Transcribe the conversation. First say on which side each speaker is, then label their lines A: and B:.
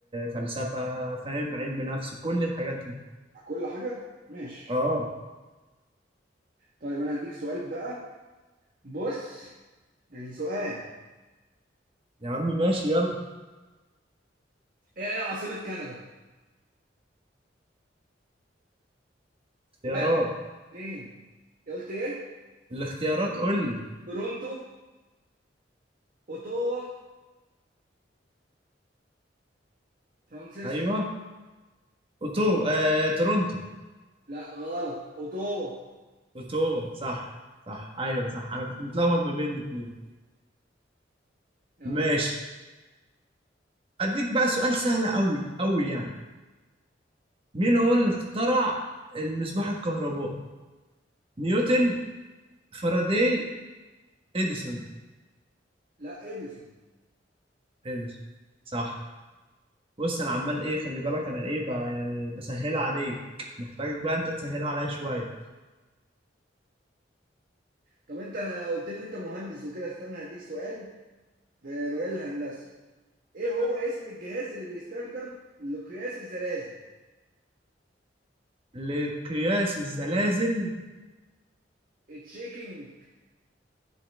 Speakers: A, on the right; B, on the right.
A: فلسفة فاهم علم نفس كل الحاجات دي
B: على كل حاجة ماشي
A: اه
B: طيب انا هديك سؤال بقى بص يعني سؤال
A: يا عم ماشي يلا
B: ايه هي عاصمة كندا
A: اختيارات
B: واحد اتنين إيه قلت ايه
A: الاختيارات قول لي
B: تورونتو اوتاوا فرانسيسكو
A: ايوه اوتو آه، تورونتو
B: لا غلط اوتاوا
A: اوتوا صح صح ايوه صح انا كنت متلخبط ما بين الاثنين
B: يلا
A: ماشي
B: دور
A: اديك بقى سؤال سهل قوي قوي يعني مين هو اللي اخترع المصباح الكهربائي نيوتن فاراداي اديسون
B: لا اديسون
A: اديسون صح بص انا عمال ايه خلي بالك انا ايه بقى يعني بسهلها عليك محتاجك بقى انت تسهلها عليا شويه
B: طب انت قلت لي ان انت مهندس وكده استنى هديك سؤال في مجال الهندسة ايه هو اسم الجهاز اللي بيستخدم لقياس الزلازل
A: لقياس الزلازل
B: التشيكينج